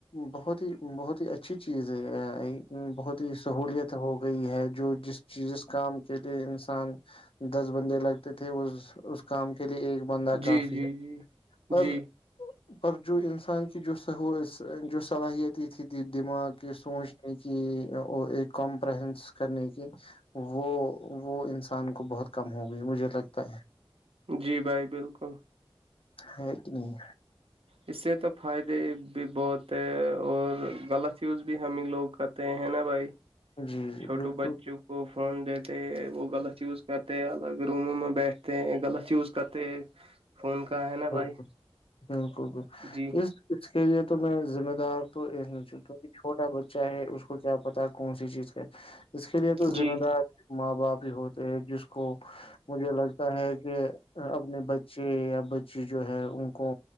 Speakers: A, on the left (about 65°); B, on the right (about 65°).
A: بہت ہی بہت ہی اچھی چیز ہے بہت ہی سہولت ہو گئی ہے جو جس جس کام کے لیے انسان دس بندے لگتے تھے اس اس کام کے لیے ایک بندہ
B: جی
A: کافی
B: جی
A: ہے
B: جی
A: پر
B: جی
A: پر جو انسان کی جو جو صلاحیتی دماغ کے سوچنے کی ایک کمپرنس کرنے کی وہ وہ انسان کو بہت کم ہو گئی مجھے لگتا ہے
B: جی بھائی بالکل
A: ایک کہ نہیں
B: اس سے تو فائدے بھی بہت ہے اور غلط یوز بھی ہمیں لوگ کا تو ہیں نا بھائی
A: جی جی
B: چھوٹو
A: بالکل
B: بچوں وہ فون لیتے وہ غلط یوز کرتے الگ روموں میں بیٹھتے ہیں غلط یوز کرتے فون کا ہے نا
A: ہ
B: بھائی
A: بالکل بالکل
B: جی
A: اس اس کے لیے تو میں ذمہ دار تو چھوٹا بچہ ہے اس کو کیا پتا کون سی چیز کا اس کے لیے تو
B: جی
A: ذمہ دار ماں باپ ہی ہوتے جس کو مجھے لگتا ہے کہ اپنے ب بچے یا بچی جو ہے ان کو